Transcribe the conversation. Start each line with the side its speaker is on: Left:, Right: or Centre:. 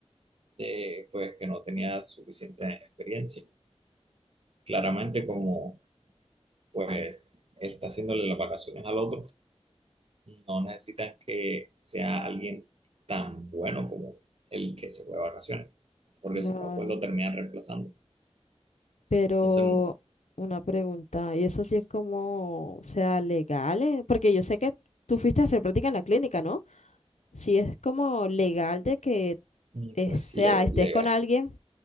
Right: de, pues, que no tenía suficiente experiencia. Claramente, como pues él está haciéndole las vacaciones al otro, No necesitan que sea alguien tan bueno como el que se fue de vacaciones, porque
Left: Claro.
Right: si no, pues lo terminan reemplazando.
Left: Pero
Right: Entonces,
Left: una pregunta, ¿y eso sí es como, o sea, legal? eh? Porque yo sé que tú fuiste a hacer práctica en la clínica, ¿no? si es como legal de que
Right: mm,
Left: eh,
Right: pues,
Left: sea,
Right: le-
Left: estés
Right: legal,
Left: con alguien,